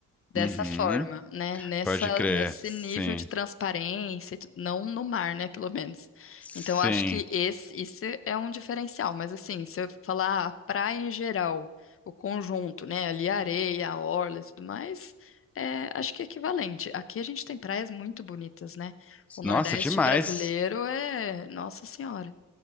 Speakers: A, on the left (about 45°); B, in the centre.
A: dessa
B: uhum.
A: forma, né? Nessa,
B: Pode crer.
A: nesse
B: Sim,
A: nível de transparência, e tu- não no mar, né? Pelo menos.
B: sim.
A: Então, eu acho que esse, isso é um diferencial. Mas, assim, se eu falar ah, a praia em geral, o conjunto, né? Ali a areia, a orla e tudo mais, é, acho que é equivalente. Aqui a gente tem praias muito bonitas, né? O Nordeste
B: Nossa, demais.
A: brasileiro é. Nossa Senhora.